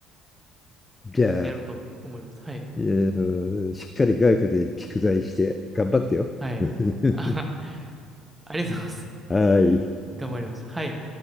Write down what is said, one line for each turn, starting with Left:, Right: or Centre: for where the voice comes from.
Left: じゃあ、
Right: やろうと思います。はい。
Left: あのしっかり外科で蓄財して頑張ってよ。
Right: はい。
Left: <laughs>
Right: あ、<laughs> ありがとうございます。
Left: はい。
Right: 頑張ります。はい。